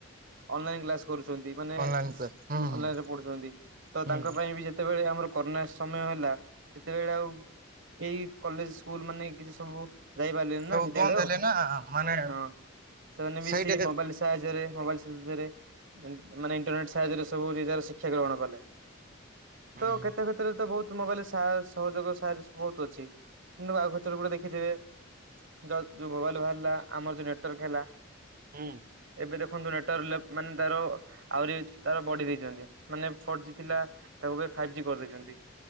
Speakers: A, on the right; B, on the right.
A: ଅନଲାଇନ୍ କ୍ଲାସ୍ କରୁଛନ୍ତି ମାନେ
B: ଅନଲାଇନ
A: ଅନଲାଇନରେ
B: କ୍ଲାସ ହୁଁ ହୁଁ
A: ପଢ଼ୁଛନ୍ତି ତ
B: ହୁଁ
A: ତାଙ୍କ ପାଇଁ ବି ଯେତେବେଳେ ଆମର କରୋ ସମୟ ହେଲା ସେତେବେଳେ ଆଉ କେହି କଲେଜ ସ୍କୁଲ ମାନେ କିଛି ସବୁ ଯାଇପାରିଲନି
B: ସବୁ
A: ନା ବିଦ୍ୟାଳୟ,
B: ବନ୍ଦ ହେଲେ ନା ମାନେ
A: ହଁ ସେମାନେ ବି
B: ସେଇଟା
A: ସେଇ ମୋବାଇଲ ସାହାଯ୍ୟରେ ମୋବାଇଲ ଫେରେ ମାନେ ଇଣ୍ଟରନେଟ ସାହାଯ୍ୟରେ ସବୁ ନିଜର ଶିକ୍ଷା ଗ୍ରହଣ କଲେ। ତ
B: ହୁଁ ହୁଁ।
A: କେତେ କ୍ଷେତ୍ରରେ ବହୁତ ମୋବାଇଲ ସାହ-ସହଯୋଗ ସାହାଯ୍ୟ ବହୁତ ଅଛି, କିନ୍ତୁ ଆଉ ଗୋଟେ ଦେଖିଥିବେ ଯଉ ଯୋଉ ମୋବାଇଲ ବାହାରିଲା ଆମର ଯୋଉ ନେଟୱାର୍କ ହେଲା
B: ହୁଁ।
A: ଏବେ ଦେଖନ୍ତୁ ନେଟୱାର୍କ ଲେ ମାନେ ତାର ଆହୁରି ତାର ବଢି ଦେଇଛନ୍ତି, ମାନେ ଫୋର୍ ଜି ଥିଲା ତାକୁ ଏବେ ଫାଇଭ କରିଦେଇଛନ୍ତି